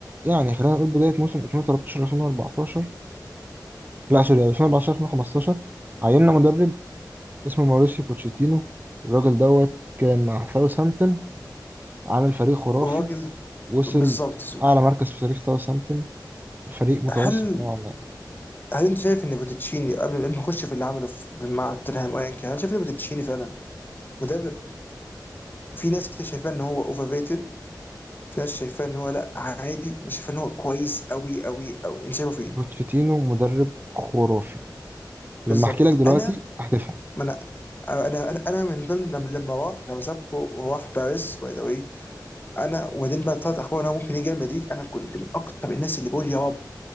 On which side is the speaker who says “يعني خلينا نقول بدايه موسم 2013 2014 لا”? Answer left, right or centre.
Right